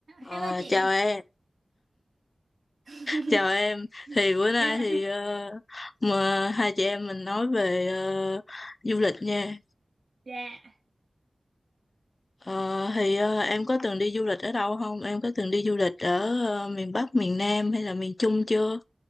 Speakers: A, on the left (about 55°); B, on the right (about 65°).
A: Ờ,
B: Hello chị.
A: chào em,
B: <laughs>
A: chào em. Thì bữa nay
B: Dạ.
A: thì ờ, mà hai chị em mình nói về ờ, du lịch nha.
B: Dạ.
A: Ờ, thì ờ, em có từng đi du lịch ở đâu không? Em có từng đi du lịch ở ờ, miền Bắc, miền Nam hay là miền Trung chưa?